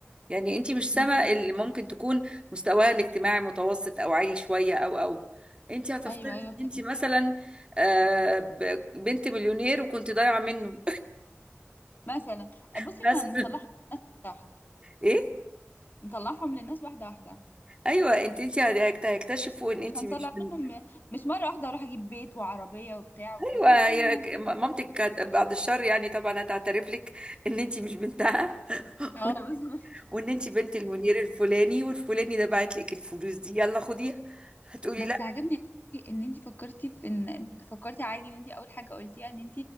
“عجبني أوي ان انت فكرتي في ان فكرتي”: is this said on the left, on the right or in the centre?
Left